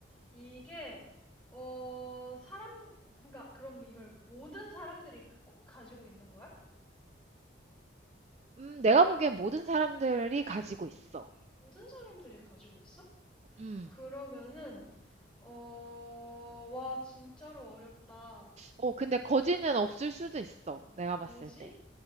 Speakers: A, in the centre; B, on the right.
A: 이게 어 사람 그러니까 그럼 이걸 모든 사람들이 꼭 가지고 있는 거야?
B: 음, 내가 보기엔 모든 사람들이 가지고 있어.
A: 모든 사람들이 가지고 있어?
B: 음.
A: 그러면은 어 와 진짜로 어렵다.
B: 어, 근데 거지는 없을 수도 있어. 내가 봤을
A: 거지?
B: 때.